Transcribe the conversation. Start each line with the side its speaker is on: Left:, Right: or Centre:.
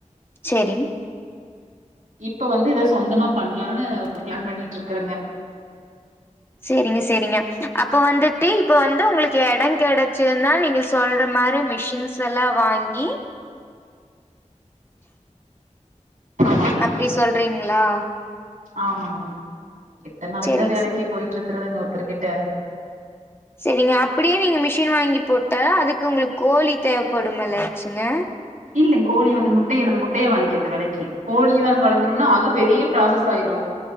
Left: சேரிங்
Right: இப்ப வந்து எதோ சொந்தமா பண்ணலானு ஒரு பிளான் பண்ணிட்டு இருக்கறேங்க
Left: சேரிங்க சேரிங்க அப்ப வந்துட்டு இப்ப வந்து உங்களுக்கு இடங் கிடச்சுதுன்னா நீங்க ஸ் சொல்ற மாரி மிஷின்ஸ் எல்லா வாங்கி
Right: ஆமாங்க
Left: அப்டி சொல்றீங்களா
Right: ஆமாங்க எத்தன் நாளைக்கு
Left: சேரிங்க
Right: தா வேலைக்கி
Left: சே
Right: போயிட்டு இருக்கறதுங்க ஒருத்தர்கிட்ட
Left: சேரிங்க அப்டியே நீங்க மிஷின் வாங்கி போட்டா அதுக்கு உங்களுக்கு கோழி தேவைப்படும் இல்லாச்சுங்க
Right: இல்லேங் கோழிய வந்து முட்டைய நம் முட்டைய வாங்கிக்கிறது விலக்கி கோழிய வந்து வளத்துனும்னா அது பெரிய ப்ராசஸ் ஆயிரு